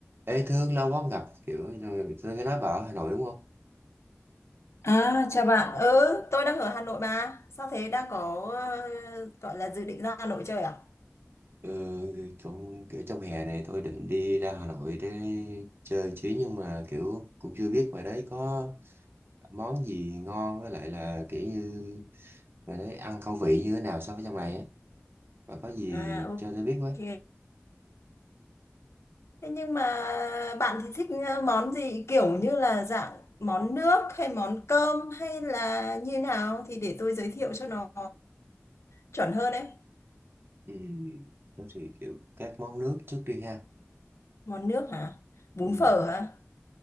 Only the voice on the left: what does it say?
À, chào bạn. Ừ, tôi đang ở Hà Nội mà. Sao thế đang có ờ, gọi là dự định ra Hà Nội chơi à?
À, ok.
Thế nhưng mà bạn thì thích ờ, món gì kiểu như là dạng món nước hay món cơm hay là như nào thì để tôi giới thiệu cho nó chuẩn hơn đấy.
Món nước hả? Bún
phở hả?